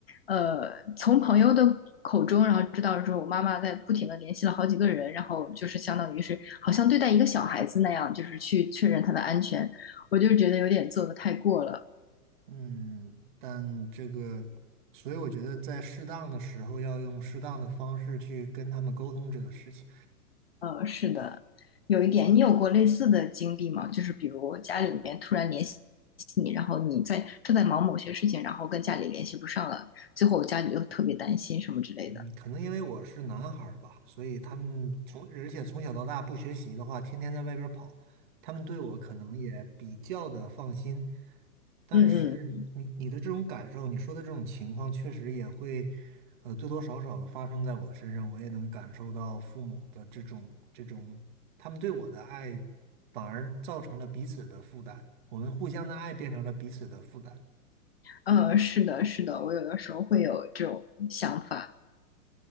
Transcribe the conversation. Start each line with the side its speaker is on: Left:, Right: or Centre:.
Left: 呃，从朋友的口中，然后知道说我妈妈在不停的联系了好几个人，然后就是相当于是好像对待一个小孩子那样，就是去确认他的安全，我就觉得有点做的太过了。
Right: 嗯，但这个，所以我觉得在适当的时候要用适当的方式去跟他们沟通这个事情。
Left: 呃，是的，有一点，你有过类似的经历吗？就是比如家里面突然联系你，然后你在正在忙某些事情，然后跟家里联系不上了，最后家里又特别担心什么之类的。
Right: 嗯，可能因为我是男孩儿吧，所以他们从，哦而且从小到大不学习的话，天天在外边儿跑，他们对我可能也比较的放心。但是你你的这种感受，
Left: 嗯嗯
Right: 你说的这种情况，确实也会，呃，多多少少的发生在我的身上，我也能感受到父母的这种这种，他们对我的爱，反而造成了彼此的负担，我们互相的爱变成了彼此的负担。
Left: 呃，是的，是的，我有的时候会有这种想法。